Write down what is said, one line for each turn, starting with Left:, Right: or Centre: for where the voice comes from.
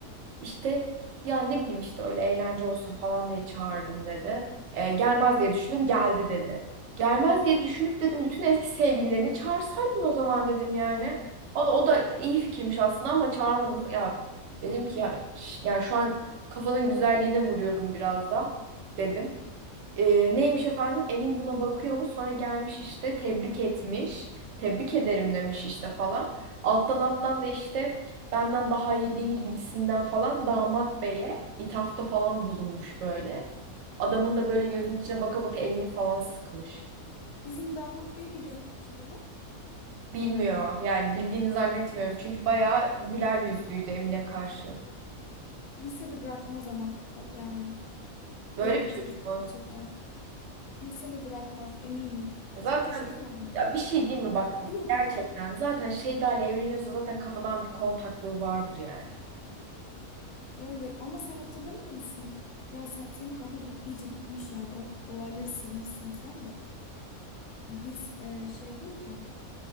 Right: İşte ya ne bileyim işte öyle eğlence olsun falan diye çağırdım dedi. Ee, gelmez diye düşündüm geldi dedi. Gelmez diye düşünüp dedim bütün eski sevgililerini çağırsaydın o zaman dedim yani. O, o da iyi fikirmiş aslında ama çağırmadım. Ya dedim ki ya ş- yani şu an kafanın güzelliğine vuruyorum biraz da dedim. Ee, neymiş
Left: Ay.
Right: efendim? Emin buna bakıyormuş. Sonra gelmiş işte tebrik etmiş. Tebrik ederim demiş işte falan. Alttan alttan da işte benden daha iyi değil gibisinden falan damat beye ithafta falan bulunmuş böyle. Adamın da böyle gözünün içine baka baka elini falan sıkmış.
Left: Bizim damat bey biliyor mu peki bunu?
Right: Bilmiyor yani bildiğini zannetmiyorum.
Left: Bildiğim Bir şey
Right: Çünkü
Left: değil mi?
Right: bayağı güler yüzlüydü Emine karşı.
Left: Bilse de bırakmaz ama. Yani
Right: Böyle
Left: öyle
Right: bir çocuk
Left: bir çocuk
Right: mu?
Left: gerçekten. Bilse de bırakmaz eminim.
Right: Zaten
Left: Çünkü şey yani
Right: ya bir şey değil mi bak
Left: tapıyordu
Right: bak gerçekten
Left: ya.
Right: zaten Şeyda ile evleniyorsa zaten kafadan bir kontaklığı vardır yani.
Left: Öyle ama sen hatırlamıyor musun? Ya sen, senin kafa iyice gitmiş yani o olayları silmişsin sen de. Biz e, şeydeyken